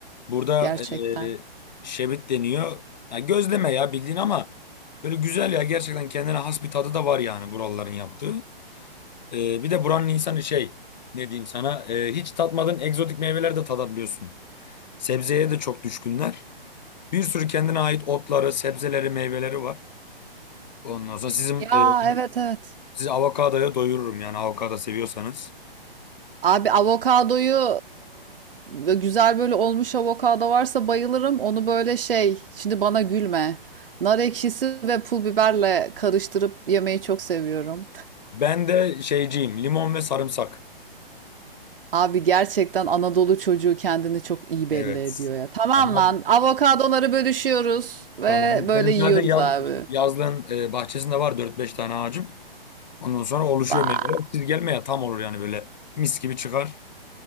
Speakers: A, on the left (about 50°); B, on the right (about 65°).
A: Burada
B: gerçekten.
A: e, şebit deniyor. Ya gözleme ya bildiğin ama böyle güzel ya gerçekten kendine has bir tadı da var yani buraların yaptığı. E, bir de buranın insanı şey ne diyeyim sana e, hiç tatmadığın egzotik meyveler de tadabiliyorsun. Sebzeye de çok düşkünler. Bir sürü kendine ait otları, sebzeleri, meyveleri var. Ondan
B: Hmm,
A: sonra sizin
B: Ya
A: e,
B: evet evet.
A: sizi avokadoya doyururum yani avokado seviyorsanız.
B: Abi avokadoyu e, güzel böyle olmuş avokado varsa bayılırım. Onu böyle şey, şimdi bana gülme. Nar ekşisi ve pul biberle karıştırıp yemeyi çok seviyorum.
A: Ben de şeyciyim limon ve sarımsak.
B: Abi gerçekten Anadolu çocuğu kendini çok iyi belli
A: Evet.
B: ediyor ya. Tamam
A: Ama
B: lan, avokadoları bölüşüyoruz ve
A: Tamam.
B: böyle
A: Benim
B: yiyoruz
A: zaten yaz,
B: abi.
A: yazlığın e, bahçesinde var dört beş tane ağacım. Ondan sonra oluşuyor
B: Vay,
A: meyveler. Siz gelmeye tam olur yani böyle mis gibi çıkar.